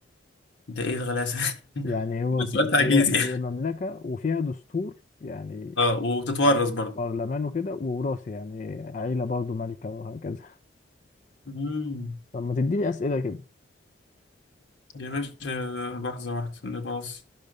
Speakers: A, on the left; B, on the left.
A: ده ايه الغلاسة <laughs>
B: يعني هو
A: ده
B: في
A: سؤال تعجيزي
B: هي هي مملكة وفيها دستور يعني
A: اه وتتورث
B: يعني
A: برضه
B: برلمان وكده ووراثي يعني عيلة برضه مالكة وهكذا
A: مم.
B: طب ما تديني أسئلة كده
A: يا باشا لحظة واحدة نباص